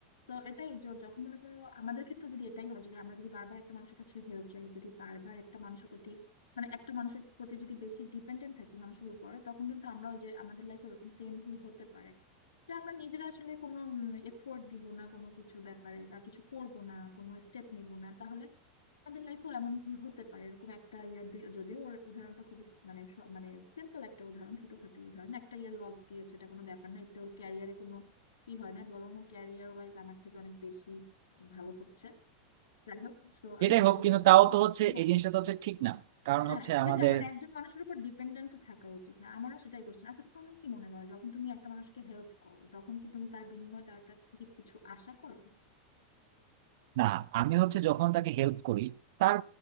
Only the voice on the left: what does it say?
তো এটাই যে যখন মনে করো আমাদের ক্ষেত্রে যদি এটাই হয় যদি আমরা যদি বারবার একটা মানুষের কাছে হেল্প চাই যদি বারবার একটা মানুষের প্রতি মানে একটা মানুষের প্রতি যদি বেশি ডিপেন্ডেন্ট থাকি মানুষের উপর তখন কিন্তু আমরা ওই যে আমাদের লাইফে এরকম সেম ভুল হতে পারে যে আমরা নিজেরা আসলে কোনো এফোর্ট দিব না কোনো কিছু ব্যাপারে বা কিছু করব না কোনো স্টেপ নিব না তাহলে আমাদের লাইফেও এমন ভুল হতে পারে এরকম একটা ইয়ার দুই, যদিও ওর উদাহরণটা খুবই স- মানে স- মানে সিম্পল একটা উদাহরণ ছোটখাটো উদাহরণ একটা ইয়ার লস গিয়েছে এটা কোনো ব্যাপার না এতে ওর ক্যারিয়ারে কোনো ই হয় না বরং ক্যারিয়ার ওয়াইজ আমার থেকে অনেক বেশি ভালো করছে যাই হোক সো
আলহামদুলিল্লাহ
সো
হ্যাঁ
হ্যাঁ
সেটাই
মানে একজন মানুষের উপর ডিপেন্ডেন্ট তো থাকা উচিত না আমারও সেটাই করছে আচ্ছা তুমি কি মনে করো যখন তুমি একটা মানুষকে হেল্প করো তখন কি তুমি তার বিনিময়ে তার কাছ থেকে কিছু আশা করো